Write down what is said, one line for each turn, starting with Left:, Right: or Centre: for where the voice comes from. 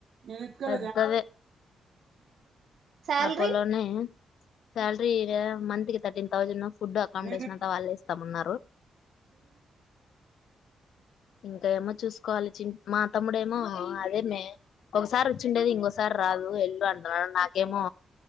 Right: మ్మ్
Left: పెద్దదే
Right: శాలరీ
Left: అపోలోనే సాలరీ మంత్కి తర్టీన్ థౌసండ్ ఉ ఫుడ్ అకామిడేషన్
Right: మ్మ్
Left: అంతా వాళ్ళే ఇస్తామున్నారు ఇంకా ఏమో చూసుకోవాలి మా తమ్ముడేమో అమ ర్చి ఉండేది ఇంకోసారి రాదు ఎల్ళ అంటున్నాడు నాకేమో